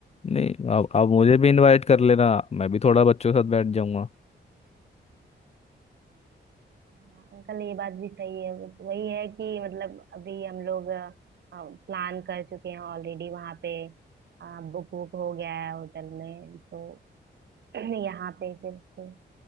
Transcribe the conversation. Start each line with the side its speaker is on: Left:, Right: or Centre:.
Left: नहीं आप आप मुझे भी इनवाइट कर लेना मैं भी थोड़ा बच्चों के साथ बैठ जाऊंगा
Right: हाँ अंकल ये बात भी सही है वही है कि मतलब अभी हम लोग प्लान कर चुके हैं ऑलरेडी वहाँ पे बुक बुक हो गया है होटल में तो <clears throat> यहाँ पे फिर से